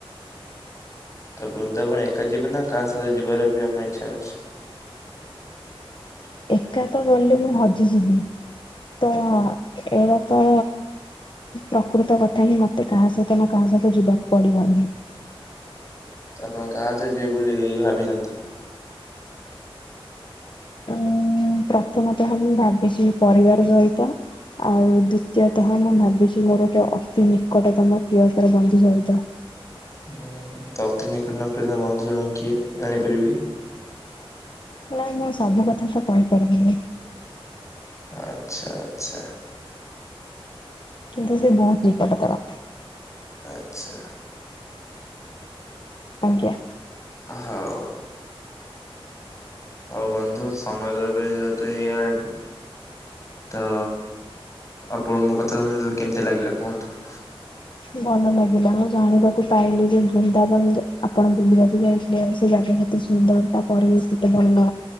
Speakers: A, on the left (about 30°); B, on the left (about 55°).
A: ତ ବୃନ୍ଦାବନ ଏକା ଯିବେ ନା କାହା ସହ ଯିବାର ବି ଆପଣ ଇଚ୍ଛା ଅଛି? <inaudible>
B: ଏକା ତ ଗଲେ ମୁଁ ହଜିଯିବି ତ ଏଇଟା ତ। ପ୍ରକୃତ କଥା ହିଁ ମତେ କାହା ସହିତ ନା କାହା ସହିତ ଯିବାକୁ ପଡିବ ହିଁ।
A: ତ ଆପଣ କାହା ସହ ଯିବେ ବୋଲି ଭାବିଛନ୍ତି?
B: ଉଁ ପ୍ରଥମତଃ ମୁଁ ଭାବିଛି ପରିବାର ସହିତ। ଆଉ ଦ୍ଵିତୀୟତଃ ମୁଁ ଭାବିଛି ମୋର ଗୋଟେ ଅତି ନିକଟତମ ପ୍ରିୟତର ବନ୍ଧୁ ସହିତ।
A: ହୁଁ ତ ଅତି ନିକଟତମ ପ୍ରିୟତର ବନ୍ଧୁ ଜଣକ କିଏ ଜାଣିପାରିବି କି?
B: ନାଇ ମୁଁ ସବୁ କଥା ତ କହିପାରିବିନି।
A: ଆଚ୍ଛା ଆଚ୍ଛା।
B: କିନ୍ତୁ ସେ ବହୁତ୍ ନିକଟତର।
A: ଆଚ୍ଛା।
B: ଆଜ୍ଞା।
A: ହଉ। ହଉ ବନ୍ଧୁ ସମୟ ଏବେ ଯେହେତୁ ହେଇଗଲାଣି। ତ ଆପଣ ମୋ କଥା ଶୁଣି କେମିତିଆ ଲାଗିଲା କୁହନ୍ତୁ?
B: ଭଲ ଲାଗିଲା ମୁଁ ଜାଣିବାକୁ ପାଇଲି ଯେ ବୃନ୍ଦାବନ ଆପଣ ବୁଲିବାକୁ ଯାଇଥିଲେ ଆଉ ସେ ଜାଗା ଏତେ ସୁନ୍ଦର ତାପରେ ବି ସେତେ ଭଲ